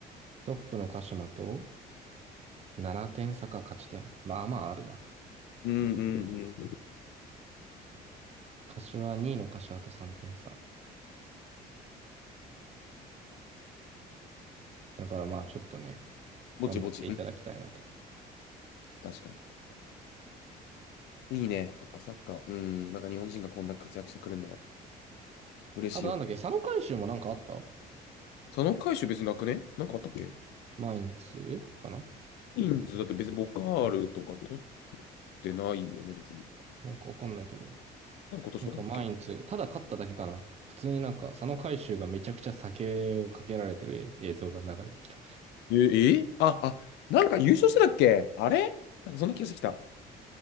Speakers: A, on the right; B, on the left.
A: トップの鹿島と7点差か勝ち点。まあまああるな。
B: うんうんうん。
A: 柏2位の柏と3点差。だからまあ、ちょっとね、
B: ぼちぼち。
A: 頑張っていただきたいなと。
B: うん、確かに。いいね。やっぱサッカー。うん、なんか日本人がこんな活躍してくれるのは嬉しいよ。
A: あとなんだっけ、3回収もなんかあった
B: その回収別になくねなんかあったっけ
A: マインツかな
B: インズだって別にボカールとか取てないよね、別に。
A: かなんかわかんないけど。
B: あれ、今年どこだっけ
A: なんかマインツ、ただ勝っただけかな。普通になんか、佐野海舟がめちゃくちゃ酒をかけられてる映像が流れてきた。
B: えー、えーあ、あ、なんか優勝してたっけあれなんかそんな気がしてきた。